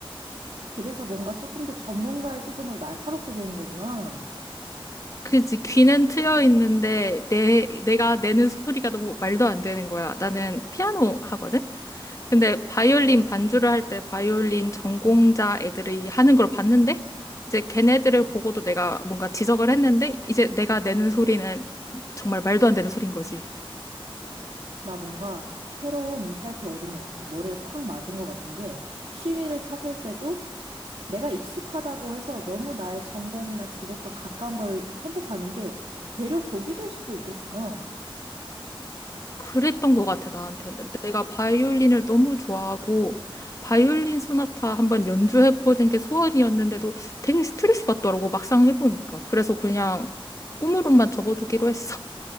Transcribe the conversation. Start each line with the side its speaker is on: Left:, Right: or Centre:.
Right: 그래서 뭔가 조금 더 전문가의 시선으로 날카롭게 보는 거구나.
Left: 그지. 귀는 트여 있는데, 내, 내가 내는 소리가 너무 말도 안 되는 거야. 나는 피아노 하거든? 근데 바이올린 반주를 할 때 바이올린 전공자 애들이 하는 걸 봤는데 이제 걔네들을 보고도 내가 뭔가 지적을 했는데 이제 내가 내는 소리는 정말 말도 안 되는 소린 거지.
Right: 나 뭔가 새로운 인사이트를 얻은 것 같아. 머리를 콱 맞은 것 같은 게 취미를 찾을 때도 내가 익숙하다고 해서 너무 나의 전공이나 직업과 가까운 걸 선택하는 게 되려 덕이 될 수도 있겠구나.
Left: 그랬던 것 같아 나한테. 내가 바이올린을 너무 좋아하고 바이올린 소나타 한번 연주해보는 게 소원이었는데도 되게 스트레스 받더라고 막상 해보니까. 그래서 그냥 꿈으로만 접어두기로 했어.